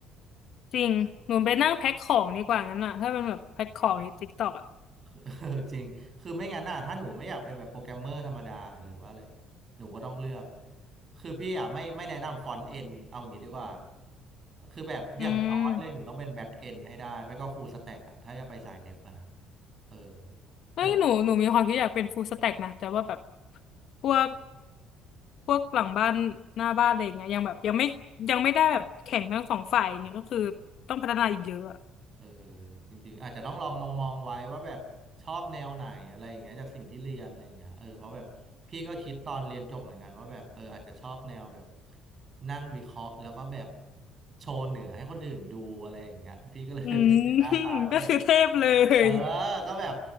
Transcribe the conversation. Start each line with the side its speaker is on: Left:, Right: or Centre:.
Left: จริงหนูไปนั่งแพ็คของดีกว่างั้นอะถ้ามันแบบแพ็คของในติ๊กต็อกอะ
Right: คือ <laughs> จริงคือไม่งั้นน่ะถ้าหนูไม่อยากเป็นแบบโปรแกรมเมอร์ธรรมดาหรือว่าอะไรเงี้ยหนูก็ต้องเลือกคือพี่อะไม่ไม่แนะนำฟอนต์เอ็นเอาอย่างงี้ดีกว่าคือแบบอย่างน้อยเลยหนูต้องเป็นแบ็กเอ็นให้ได้ไม่ก็ฟูลสแต็กอะถ้าจะไปสายเดฟอะนะ
Left: อืม
Right: เออแต่เนี่ย
Left: เฮ้ยหนูหนูมีความคิดอยากเป็นฟูลสแต็กนะแต่ว่าแบบพวกพวกหลังบ้านหน้าบ้านอะไรอย่างเงี้ยยังแบบยังไม่ยังไม่ได้แบบแข่งทั้งสองฝ่ายอย่างเนี่ยก็คือต้องพัฒนาอีกเยอะอะ
Right: เออจริงๆอาจจะต้องลองมองมองไว้ว่าแบบชอบแนวไหนอะไรอย่างเงี้ยจากสิ่งที่เรียนอะไรอย่างเงี้ยเออเพราะแบบพี่ก็คิดตอนเรียนจบเหมือนกันว่าแบบเอออาจจะชอบแนวแบบนั่งวิเคราะห์แล้วก็แบบโชว์เหนือให้คนอื่นดูอะไรอย่างเงี้ยพี่ก็เลยเป็นเดต้าไซน์ว่าแบบ
Left: อืม <laughs> ก็คือเทพเลย
Right: เออก็แบบ